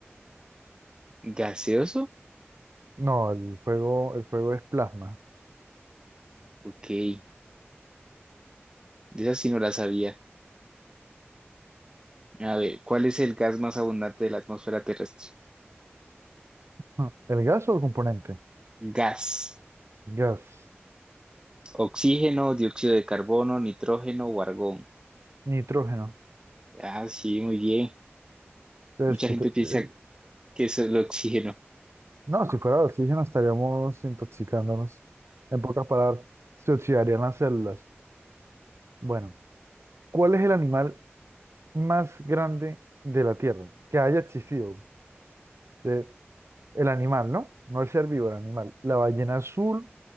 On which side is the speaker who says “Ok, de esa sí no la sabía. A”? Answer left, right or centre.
Right